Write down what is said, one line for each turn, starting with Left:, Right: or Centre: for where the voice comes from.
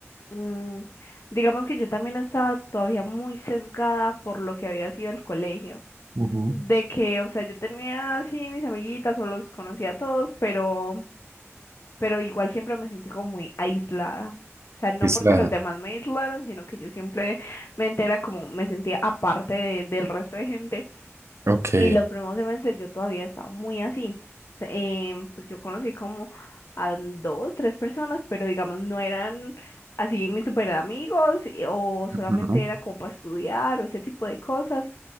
Left: mm, digamos que yo también estaba todavía muy sesgada por lo que había sido el colegio.
Right: Ujú.
Left: De que, o sea, yo tenía así mis amiguitas o los conocía a todos, pero pero igual siempre me sentí como muy aislada. O sea, no
Right: Es
Left: porque
Right: la...
Left: los demás me aislaran, sino que yo siempre me entera como me sentía aparte de- del resto de gente.
Right: Ok.
Left: Y los primeros semestres yo todavía estaba muy así. Se- em, pues yo conocí como a dos, tres personas, pero digamos no eran así mis super amigos o
Right: Ujú.
Left: solamente era como para estudiar o ese tipo de cosas.